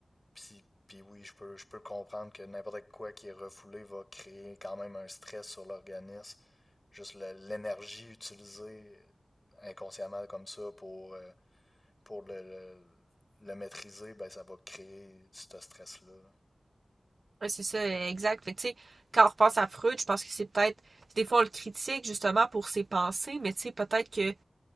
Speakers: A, on the left; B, on the right.
A: Puis, puis oui, je peux, je peux comprendre que n'importe quoi qui est refoulé va créer quand même un stress sur l'organisme. Juste le- l'énergie utilisée inconsciemment comme ça pour, euh, pour le, le- le maîtriser, ben ça va créer ce stress-là. là.
B: Ouais, c'est ça, exact. Fait que, tu sais, quand on repense à Freud, je pense que c'est peut-être, des fois, on le critique, justement, pour ses pensées, mais tu sais, peut-être que